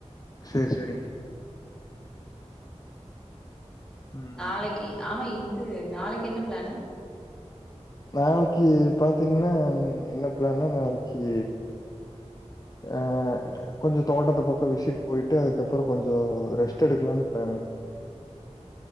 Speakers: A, on the left; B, in the centre.
A: சேர் சேரிங்க
B: ம்
A: ம்
B: நாளக்கி ஆமா இது நாளக்கி என்ன ப்ளானு
A: நாளக்கி பாத்தீங்னா என்ன ப்ளான்னா நாளக்கி ஆ கொஞ்சொ தோட்டத்து பக்கொ விசிட் போய்ட்டு அதுக்கப்பறொ கொஞ்சொ ரெஸ்ட் எடுக்லான் ப்ளான் அ